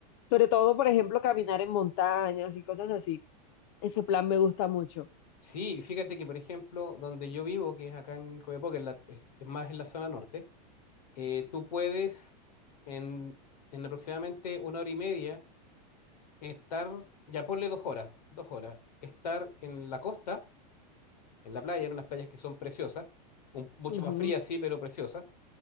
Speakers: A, on the left (about 40°); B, on the left (about 80°).
A: Sobre todo, por ejemplo, caminar en montañas y cosas así. Ese plan me gusta mucho.
B: Sí, fíjate que, por ejemplo, donde yo vivo, que es acá en Copiapó, que es, la- es- es más en la zona norte, eh, tú puedes en, en aproximadamente una hora y media estar, ya ponle dos horas, dos horas, estar en la costa, en la playa, en unas playas que son preciosas, un- mucho
A: Ujú,
B: más frías, sí, pero preciosas,